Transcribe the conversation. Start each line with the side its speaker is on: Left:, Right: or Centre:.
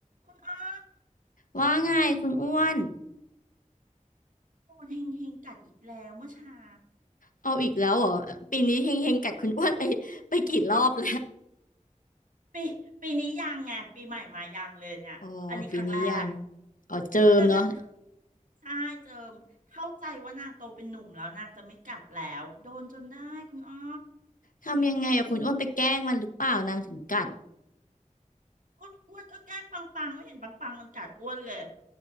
Right: คุณอ้อ
Left: ว่าไงคุณอ้วน
Right: โอนเฮงเฮงกัดอีกแล้วเมื่อเช้า
Left: เอาอีกแล้วเหรอปีนี้เฮงเฮงกัดคุณอ้วนไปไปกี่รอบแล้ว
Right: ปีปีนี้ยังไงปีใหม่มายังเลยเนี่ยอันนี้ครั้งแรก
Left: อ๋อปีนี้ยังอ๋อเจิมเนาะ
Right: แต่นะใช่เจิมเข้าใจว่านางโตเป็นหนุ่มแล้วนางจะไม่กัดแล้วโดนจนได้คุณอ้อ
Left: ทำยังไงอะคุณอ้วนไปแกล้งมันหรือเปล่านางถึงกัด
Right: อืมก็อ้วนก็แกล้งปังปังไม่เห็นปังปังมันกัดอ้วนเลย